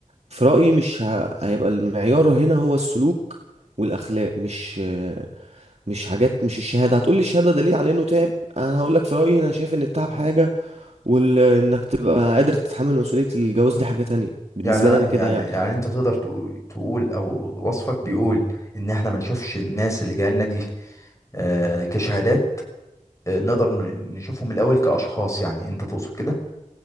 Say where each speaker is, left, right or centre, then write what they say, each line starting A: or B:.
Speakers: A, on the right; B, on the left.
A: في رأيي مش ه... هيبقى المعيار هنا هو السلوك والأخلاق مش مش حاجات مش الشهادة هتقولي الشهادة دليل على إنه تعب أنا هقولك في رأيي أنا شايف إن التعب حاجة وإنك تبقى قادر تتحمل مسؤولية الجواز دي حاجة تانية بالنسبة
B: يعني انا
A: لي أنا كده
B: يعني
A: يعني
B: يعني انت تقدر تقول تقول او وصفك بيقول ان احنا ما نشوفش الناس اللي جايه لنا دي آه، كشهادات آه، نقدر ن- نشوفهم الاول كاشخاص يعني انت تقصد كده